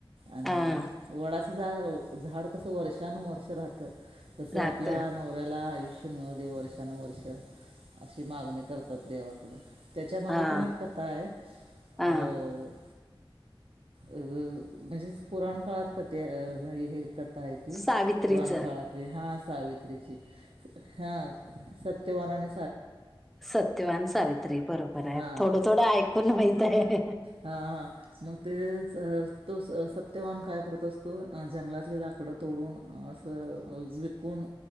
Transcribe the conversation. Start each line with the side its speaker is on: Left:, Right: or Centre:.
Right: आणि
Centre: हा,
Right: वडाचं झाड झाड कसं वर्षानुवर्ष राहतं. तस आपल्या
Centre: रात
Right: नवऱ्याला आयुष्य मिळू दे वर्षानुवर्ष अशी मागणी करतात, देवाकडे. त्याच्यामागं
Centre: हा
Right: पण एक कथा आहे अ
Centre: हा
Right: अह म्हणजेच पुराण काळात कथेत राहिले. कथा आहे ती
Centre: सावित्रीचं
Right: पुराण काळातली हा सावित्रीची हा सत्यवानाने
Centre: सत्यवान सावित्री बरोबर आहे
Right: हां
Centre: थोडं थोडं ऐकून माहित आहे.
Right: हा हा मग तेचं तो स -सत्यवान काय करत असतो, जंगलातली लाकडं तोडून असं विकून